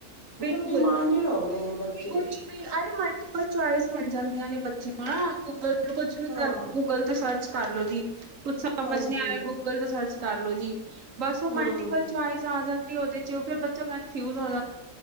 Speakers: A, on the right; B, on the left.
A: ਬਿਲਕੁਲ
B: ਮਤਲਬ ਡਿਮਾਂਡਡ ਹੋ ਗਏ ਨੇ ਬੱਚੇ
A: ਕੁਛ ਅਰੇ ਮਲਟੀਪਲ ਚੁਆਇਸ ਮਿਲ ਜਾਂਦੀਆਂ ਨੇ ਬੱਚੇਆਂ ਗੂਗੱਲ ਕੁਛ ਵੀ
B: ਹਾਂ
A: ਕਰਨਾ ਗੂਗਲ ਤੇ ਸਰਚ ਕਰਲੋ ਜੀ ਕੁਛ ਸਮਝ
B: ਹਾਂਜੀ
A: ਨੀ ਆ ਰਿਹਾ ਗੂਗਲ ਗੂਗਲ ਤੋਂ ਸਰਚ ਕਰਲੋ ਜੀ ਬਸ ੳਹ
B: ਹੂੰ
A: ਮਲਟੀਪਲ ਚੁਆਇਸ ਆ ਜਾਂਦੀ ੳਦੇ ਚ ਫੇਰ ਬੱਚਾ ਕਨਫਿਊਜ ਹੋ ਜਾਂਦਾ